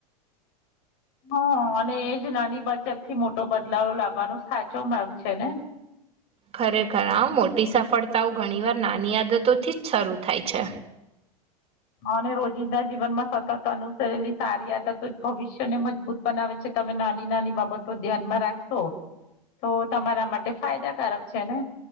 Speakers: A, on the left; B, on the right.
A: હા અને એજ નાની બચત થી મોટો બદલાવ લાવવાનો સાચો માર્ગ છે ને
B: ખરેખર આ મોટી સફળતાઓ ઘણીવાર નાની આદતોથી જ શરૂ થાય છે
A: અને અને રોજિંદા જીવન માં સતત અનુસરેલી સારી આદતો જ ભવિષ્યને મજબૂત બનાવે છે તમે નાની નાની બાબતો ધ્યાનમાં રાખશો તો તમારા માટે ફાયદાકારક છે ને